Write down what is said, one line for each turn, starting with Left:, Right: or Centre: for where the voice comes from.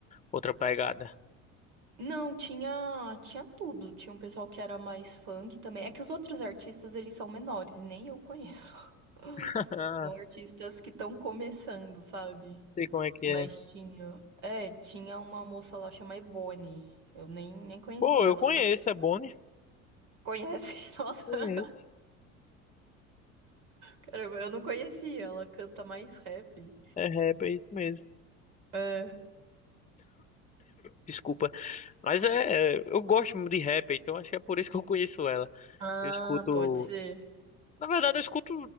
Left: outra pegada?
Right: Não, tinha, tinha tudo. Tinha um pessoal que era mais funk também. É que os outros artistas, eles são menores, e nem eu conheço. <laughs>
Left: <laughs> Ah,
Right: São artistas que estão começando, sabe?
Left: sei como é que
Right: Mas
Left: é.
Right: tinha, é, tinha uma moça lá chamada Ebony. Eu nem, nem conhecia
Left: Pô, eu
Right: ela
Left: conheço,
Right: canta.
Left: é Boni.
Right: Conhece? <laughs>
Left: Conheço.
Right: Nossa, caramba, eu não conhecia. Ela canta mais rap.
Left: É rap, é isso mesmo.
Right: É.
Left: Desculpa. Mas é, é, eu gosto muito de rap, então acho que é por isso que eu conheço ela.
Right: Ah,
Left: Eu escuto,
Right: pode ser.
Left: na verdade, eu escuto